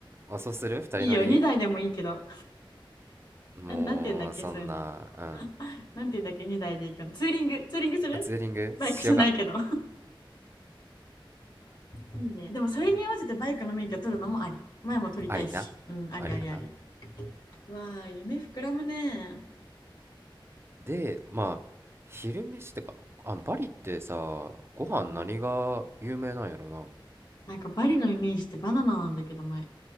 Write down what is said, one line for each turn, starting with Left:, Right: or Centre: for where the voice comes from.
Right: あ、そうする ?2 人乗り
Left: いいよ、2台でもいいけど。
Right: もう、
Left: な、なんて言うんだっけ、
Right: そんな、
Left: そういうの。
Right: うん。
Left: <laughs> なんて言うんだっけ、2台で行くの。ツーリング、ツーリングする
Right: あツーリングしようか。
Left: バイクじゃないけど。<laughs> いいね。でもそれに合わせてバイクの免許取るのもあり。前も取りたいし。
Right: ありな。
Left: うん、ありありあり。
Right: ありやな。
Left: わあ、夢膨らむね。
Right: でまあ昼飯ってかあのバリってさご飯何が有名なんやろな
Left: うんなんかバリのイメージってバナナなんだけど前